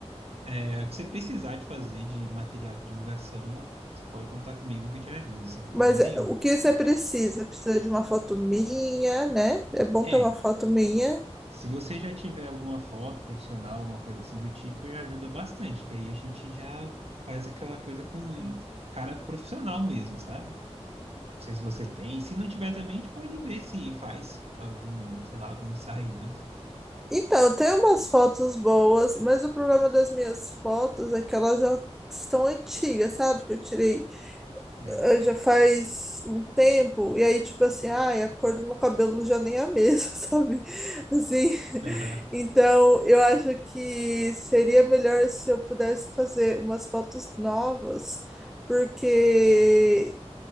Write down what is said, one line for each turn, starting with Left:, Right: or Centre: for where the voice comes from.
Right: É o que você precisar de fazer de material de divulgação, você pode contar comigo que eu te ajudo, sem problema
Centre: Mas
Right: nenhum.
Centre: eh, o que você precisa? Precisa de uma foto minha, né? É bom
Right: É,
Centre: ter uma foto minha.
Right: se você já tiver alguma foto profissional, alguma coisa assim do tipo, já ajuda bastante, que aí a gente já faz aquela coisa com cara profissional mesmo, sabe? Não sei se você tem. Se não tiver também, a gente pode ver se faz algum, sei lá, algum ensaio antes.
Centre: Então, eu tenho umas fotos boas, mas o problema das minhas fotos é que elas já estão antigas, sabe? Que eu tirei
Right: Não
Centre: eh,
Right: sei
Centre: já faz um tempo, e aí, tipo assim, ai, a cor do meu cabelo já nem é a mesma, <laughs> sabe? Assim,
Right: <laughs>
Centre: então eu acho que seria melhor se eu pudesse fazer umas fotos novas, porque